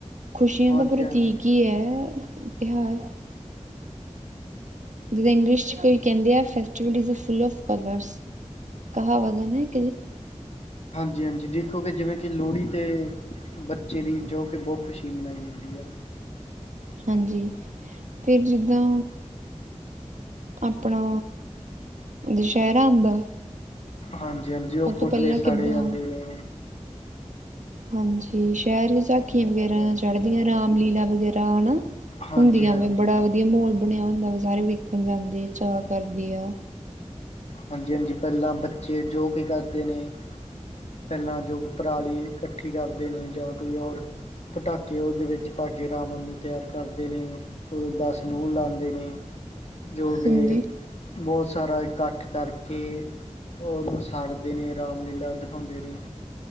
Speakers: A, on the right (about 85°); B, on the left (about 65°).
A: ਖੁਸ਼ੀਆਂ
B: ਹਾਂਜੀ
A: ਦਾ ਪ੍ਰਤੀਕ
B: ਹਾਂਜੀ
A: ਹੀ ਹੈ। ਤਿਉਹਾਰ ਜਿਦਾ ਇੰਗਲਿਸ਼'ਚ ਕੋਈ ਕਹਿੰਦੇ ਆ, festival is the full of colours ਕਹਾਵਤ ਹੈ ਨਾ, ਇੱਕ ਜੀ
B: ਜੀ ਹਾਂਜੀ ਦੇਖੋ ਕਿ ਜਿਵੇਂ ਕਿ, ਲੋਹੜੀ 'ਤੇ ਬੱਚੇ ਦੀ ਜੋ ਕਿ, ਬਹੁਤ ਖੁਸ਼ੀ ਮਨਾਈ ਜਾਂਦੀ ਹੈ।
A: ਹਾਂਜੀ, ਫਿਰ ਜਿੱਦਾਂ ਆਪਣਾ, ਦੁਸ਼ਹਿਰਾ ਆਉਂਦਾ।
B: ਹਾਂਜੀ, ਹਾਂਜੀ ਉਹ,
A: ਤੋਂ
B: ਪੁਤਲੇ
A: ਪਹਿਲਾਂ
B: ਸਾੜੇ
A: ਕਿੱਦਾਂ
B: ਜਾਂਦੇ ਨੇ।
A: ਹਾਂਜੀ। ਸ਼ਹਿਰ 'ਚ ਝਾਕੀਆਂ ਵਗੈਰਾ ਚੜਦੀਆਂ, ਰਾਮਲੀਲਾ ਵਗੈਰਾ ਹਨਾ।
B: ਹਾਂਜੀ
A: ਹੁੰਦੀਆਂ
B: ਹਾਂਜੀ
A: ਵ ਬੜਾ ਵਧੀਆ ਮਾਹੌਲ ਬਣਿਆ ਹੁੰਦਾ ਵੇਚਾਰੇ ਵੇਖਣ ਜਾਂਦੇ ਆ ਚਾਅ ਕਰਦੀ ਆ।
B: ਹਾਂਜੀ-ਹਾਂਜੀ ਪਹਿਲਾਂ ਬੱਚੇ ਜੋ ਕਿ ਕਰਦੇ ਨੇ ਪਹਿਲਾਂ ਜੋ ਪਰਾਲੀ ਕੱਠੀ ਕਰਦੇ ਨੇ ਜਾਂ ਕੋਈ ਹੋਰ ਪਟਾਕੇ ਉਹਦੇ ਵਿੱਚ ਪਾ ਕੇ ਰਾਵਣ ਨੂੰ ਤਿਆਰ ਕਰਦੇ ਨੇ। ਉਹਦੇ ਦਸ ਮੂੰਹ ਲਾਂਦੇ ਨੇ, ਜੋ ਵੇ
A: ਹਾਂਜੀ।
B: ਬਹੁਤ ਸਾਰਾ ਇਕੱ ਇਕੱਠ ਕਰਕੇ, ਉਹਨੂੰ ਸਾੜਦੇ ਨੇ ਰਾਮਲੀਲਾ ਦਿਖਾਉਂਦੇ ਨੇ।